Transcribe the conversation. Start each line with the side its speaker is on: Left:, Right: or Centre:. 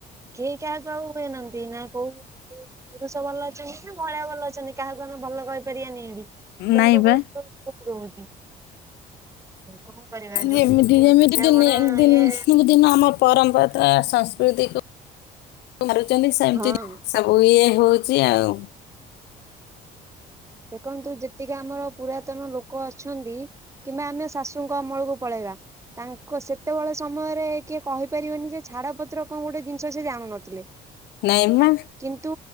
Right: କେହି କାହାକୁ ଆଉ ହୁଏନାହାନ୍ତି, ନା କୋଉ ପୁରୁଷ ଭଲ ଅଛନ୍ତି ନା, ମହିଳା ଭଲ ଅଛନ୍ତି, କାହାକୁ ଆମେ ଭଲ କହିପାରିବାନି ଏଠି। <unintelligible>
Left: ନାଇଁ ବା
Right: ଆଉ କଣ କରିବା?
Left: ଯେମିତି
Right: ଯୋଉଠି କି ବୁଝା
Left: ଯେମିତି ଦିନେ
Right: ମଣା
Left: ଦିନକୁ
Right: ଇଏ
Left: ଦିନ ଆମ ପରମ୍ପରା, ସଂସ୍କୃତିକୁ ମାରୁଛନ୍ତି ସେମିତି
Right: ହଁ
Left: ସବୁ ଇଏ ହଉଛି ଆଉ।
Right: ଦେଖନ୍ତୁ, ଯେତିକି ଆମର ପୁରାତନ ଲୋକ ଅଛନ୍ତି କିମ୍ବା ଆମେ ଶାଶୁଙ୍କ ଅମଳକୁ ପଳେଇବା। ତାଙ୍କ ସେତେବେଳ ସମୟରେ କିଏ କହିପାରିବନି ଯେ, ଛାଡ ପତ୍ର କଣ ଗୋଟେ ଜିନିଷ ସେ ଜାଣୁ ନଥିଲେ।
Left: ନାଇଁ ମ
Right: କିନ୍ତୁ